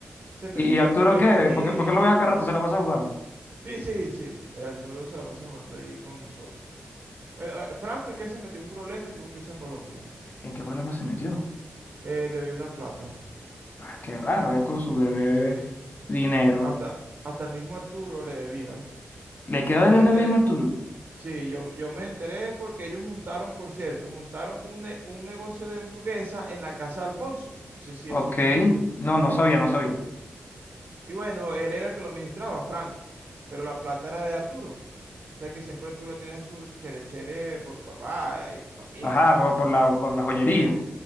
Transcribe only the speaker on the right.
se metió
en
un problema
aquí.
Sí, sí, sí, eh, Arturo se la pasa jugando ahí con nosotros. Bueno, eh, Fran fue que se metió en un problema y tuvo que irse a Colombia. va.
Eh, debió una plata.
Sí,
hasta, hasta el mismo Arturo le debía. ¿ves?
Yo
me enteré,
sí, yo, yo me enteré porque ellos montaron, por cierto, montaron un, ne- un negocio de hamburguesa en la casa de Alfonso. No sé si
eso tú
Y bueno, él era el que lo administraba, Frank, pero la plata era de Arturo. O sea que siempre Arturo tenía sus cherechere por papá y familia.